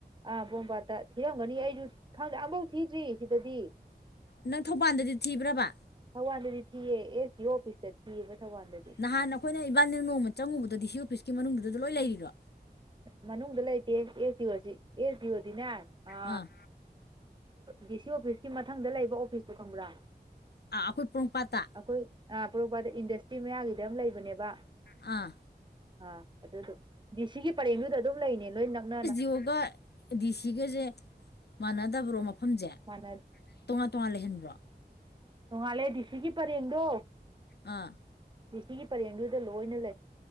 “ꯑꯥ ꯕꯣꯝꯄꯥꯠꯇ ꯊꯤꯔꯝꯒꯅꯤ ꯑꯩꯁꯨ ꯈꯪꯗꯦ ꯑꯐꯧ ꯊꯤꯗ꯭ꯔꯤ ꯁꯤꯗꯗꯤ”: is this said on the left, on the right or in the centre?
Right